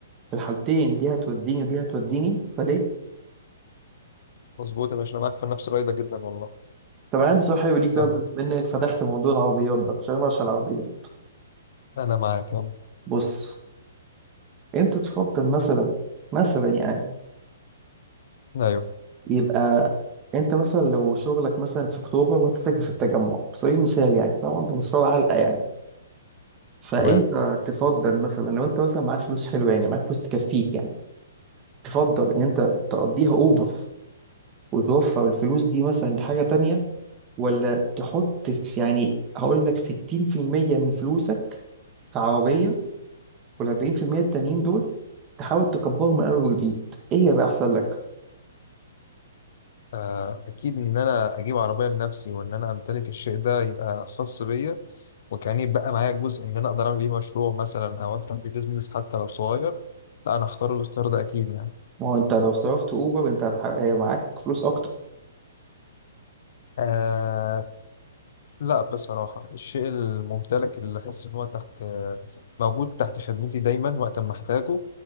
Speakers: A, on the right; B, on the left.
A: في الحالتين دي هتوديني ودي هتوديني فليه
B: مظبوط يا باشا انا معاك في نفس الرأي ده جدا والله
A: طب انا عندي سؤال حلو ليك بقى
B: يلا
A: بما انك فتحت موضوع العربيات ده عشان انا بعشق العربيات
B: انا معاك يلا
A: بص انت تفضل مثلا مثلا يعني
B: ايوه
A: يبقى انت مثلا لو شغلك مثلا في اكتوبر وانت ساكن في التجمع على سبيل المثال يعني طبعا ده مشوار علقه يعني فانت
B: تمام
A: تفضل مثلا لو انت مثلا معاك فلوس حلوه يعني معاك فلوس تكفيك يعني تفضل ان انت تقضيها اوبر وتوفر الفلوس دي مثلا لحاجه تانية ولا تحط س- يعني هقول لك 60% من فلوسك في عربية وال40% التانيين دول تحاول تكبرهم من أول وجديد إيه هيبقى أحسن لك؟
B: آه، أكيد إن أنا أجيب عربية لنفسي وإن أنا أمتلك الشيء ده يبقى خاص بيا وكأني يبقى معايا جزء إن أنا أقدر أعمل بيه مشروع مثلا أو أفتح بيه بيزنس حتى لو صغير لا أنا هختار الاختيار ده أكيد يعني
A: ما هو أنت لو صرفت أوبر أنت هتح... آه، معاك فلوس أكتر
B: آه لا بصراحة الشيء الممتلك اللي أحس إن هو تحت آه، موجود تحت خدمتي دايما وقت ما أحتاجه